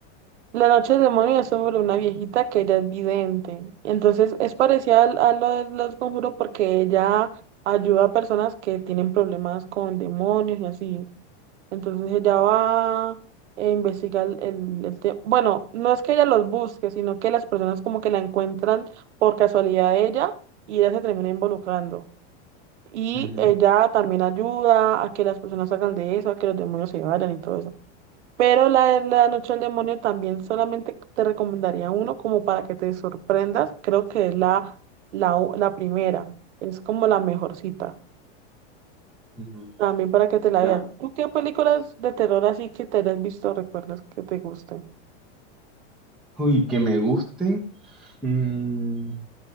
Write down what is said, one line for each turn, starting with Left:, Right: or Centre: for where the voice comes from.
Right: La noche del demonio es sobre una viejita que ella es vidente. Entonces es parecida al- a lo de los conjuros porque ella ayuda a personas que tienen problemas con demonios y así. Entonces ella va e investiga el, el- el te- Bueno, no es que ella los busque, sino que las personas como que la encuentran por casualidad a ella y ella se termina involucrando. Y
Centre: Ujú,
Right: ella también ayuda a que las personas salgan de eso, a que los demonios se vayan y todo eso. Pero la de la Noche del Demonio también solamente te recomendaría uno como para que te sorprendas. Creo que es la, la, u- la primera. Es como la mejorcita.
Centre: ujú,
Right: También para que te la
Centre: ya.
Right: veas. ¿Tú qué películas de terror así que te hayas visto recuerdas que te gusten?
Centre: Uy, que me gusten. mm,